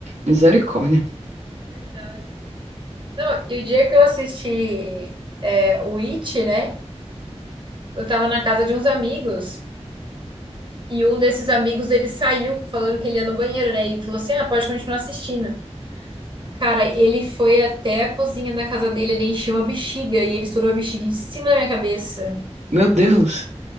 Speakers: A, on the right; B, on the right.
A: Misericórdia.
B: Verdade. Não, e o dia que eu assisti é, o It, né? Eu tava na casa de uns amigos e um desses amigos ele saiu falando que ele ia no banheiro, né? E falou assim: ah, pode continuar assistindo. Cara, ele foi até a cozinha da casa dele, ele encheu a bexiga e ele estourou a bexiga em cima da minha cabeça.
A: Meu Deus.